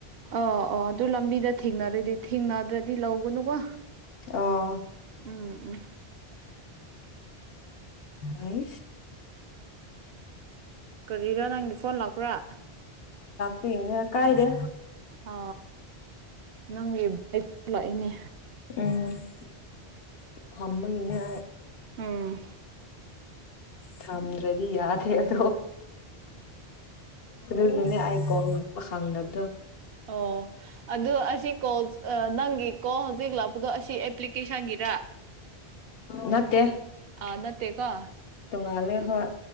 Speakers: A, on the right; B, on the left.
A: ꯑ ꯑꯣ ꯑꯗꯨ ꯂꯝꯕꯤꯗ ꯊꯦꯡꯅꯔꯗꯤ ꯊꯦꯡꯅꯗ꯭ꯔꯗꯤ ꯂꯧꯒꯅꯨꯀꯣ
B: ꯑꯥ
A: ꯎꯝ ꯎꯝ
B: ꯑꯩꯁ
A: ꯀꯔꯤꯔ ꯅꯪꯒꯦ ꯐꯣꯟ ꯂꯥꯛꯄ꯭ꯔꯥ
B: ꯐꯅꯦ ꯀꯥꯏꯔꯦ
A: ꯑ ꯅꯪ ꯑꯩ ꯄꯨꯂꯛꯏꯅꯦ
B: ꯎꯝ ꯊꯝꯕꯅꯤꯅꯦ
A: ꯎꯝ
B: ꯊꯝꯗ꯭ꯔꯗꯤ ꯌꯥꯗ꯭ꯔꯦ ꯍ ꯑꯗꯨꯒꯤꯅꯦ ꯑꯩ ꯀꯣꯜ ꯂꯥꯛꯄ ꯈꯪꯗꯕꯗꯣ
A: ꯑꯣ ꯑꯗꯨ ꯑꯁꯤ ꯀꯣꯜ ꯅꯪꯒꯤꯀꯣ ꯍꯧꯖꯤꯛ ꯂꯥꯛꯄꯗꯣ ꯑꯁꯤ ꯑꯦꯄ꯭ꯂꯤꯀꯦꯁꯟꯒꯤꯔ
B: ꯅꯠꯇꯦ
A: ꯑꯥ ꯅꯠꯇꯦ ꯀꯣ
B: ꯇꯨꯡꯉꯥꯂꯦ ꯍꯣꯏ